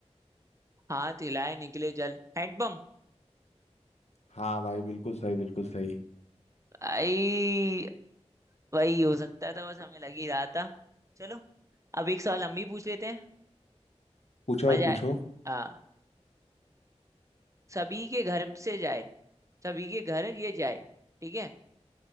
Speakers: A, on the right; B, on the left.
A: हाथ हिलाए निकले जल हैंडपंप
B: हाँ भाई बिल्कुल सही बिल्कुल सही
A: आई वही हो सकता था बस हमें लग ही रहा था चलो अब एक सवाल हम भी पूछ लेते हैं
B: पूछो
A: मजा
B: भाई पूछो
A: आए हाँ सभी के घर से जाए सभी के घर ये जाए ठीक है